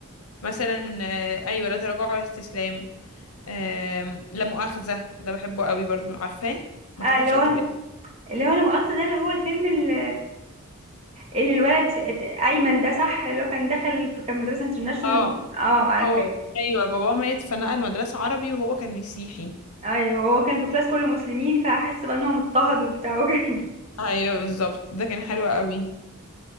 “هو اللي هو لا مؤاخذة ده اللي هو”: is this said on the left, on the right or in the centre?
Right